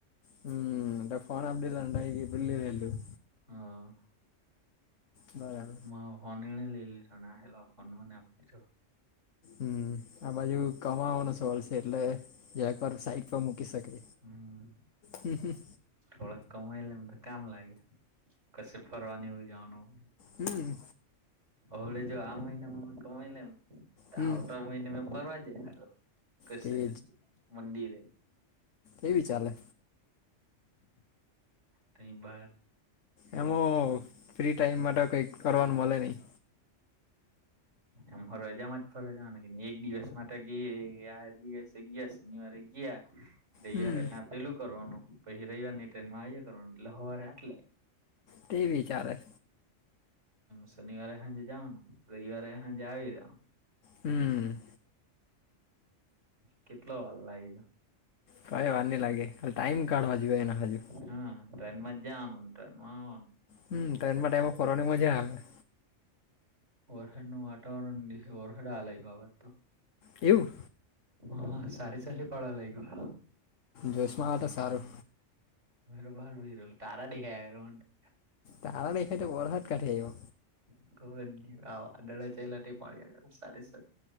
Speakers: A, on the left; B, on the right.
A: હમ્મ, પછ ફોન આપી દીધેલો <unintelligible>
B: હા.
A: બરાબ
B: હા ફોન એને લઈ લીધો ન આયલો ફોન મને આપ દીધો.
A: હમ્મ. આ બાજુ કમાવાનો સવાલ છે એટલે જરાક વાર સાઈટ પર મૂકી શકે.
B: હમ
A: હમ હ
B: થોડાક કમાય લેમ તો કામ લાગે કશે ફરવાની હોય જવાનું હો.
A: હમ્મ.
B: હળે જો આ મહિનામાં મે કમાય લેમ તો
A: હમ
B: આવતા મહિને મે ફરવા જે આગળ. કશેે,
A: તેજ
B: મંદિરે.
A: એ વિ ચાલે.
B: તઈ બાર.
A: એમ હો ફ્રી ટાઈમ માટે કઈક કરવાનું મળે નહી.
B: એમ હો રજા માં જ ફરવા ન એક દિવસ માટે ગઈ આ દિવસ. એક દિવસ શનવારે ગયા. ત્યાંયા
A: હમ
B: રેતા પેલું કરવાનું પીહિ રવવાર ની ટ્રેનમાં આવી કરવાનું એટલે હવારે આટલે
A: તે વિચાલે
B: શનિવારે સાજે જવાનું રવિવારે હાંજે આવી રહવા
A: હમ્મ.
B: કેટલો વાર લાગે છે?
A: કઈ વાર ની લાગે ખાલી ટાઈમ કાઢવાજ જો એ ના હાજુ.
B: હા, ટ્રેનમાં જાવનું ટ્રેન માં આવવાનું.
A: હમ્મ, ટ્રેનમાં તો ટાઈમ ફરવાની મજા આવે.
B: ઓરખનું વાતાવરણ વર્હદ આવા લેગો હવે તો.
A: એવું
B: હ સારી સારી પાળ લાઈ ગ.
A: જોશમાં હોય ત સારું
B: મેતો બાર બેસી રહેલો તારા દેખાયા <unintelligible>
A: તારા દેખાય તો વરસાદ ક્યાંથી આવેલો
B: <unintelligible> વાદળા ચાલ્યા તે પાડ્યા સારી સે